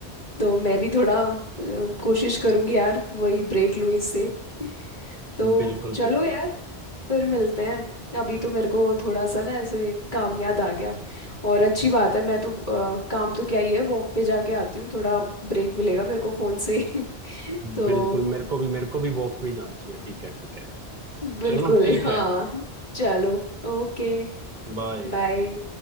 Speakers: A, on the left; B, on the right.
A: तो मैं भी थोड़ा अ, कोशिश करूंगी यार वही ब्रेक लूँ इससे तो
B: बिल्कुल
A: चलो
B: बिल्कुल
A: यार फिर मिलते हैं अभी तो मेरे को थोड़ा सा ना ऐसे काम याद आ गया और अच्छी बात है मैं तो अ, काम तो क्या ही है वॉक पे जाके आती हूँ थोड़ा ब्रेक मिलेगा मेरे को फ़ोन से <laughs> तो
B: बिल्कुल मेरे को भी मेरे को भी वॉक पे ही जाना चाहिए ठीक है ठीक है
A: बिल्कुल
B: चलो ठीक
A: हाँ
B: है
A: चलो ओके
B: बाय
A: बाय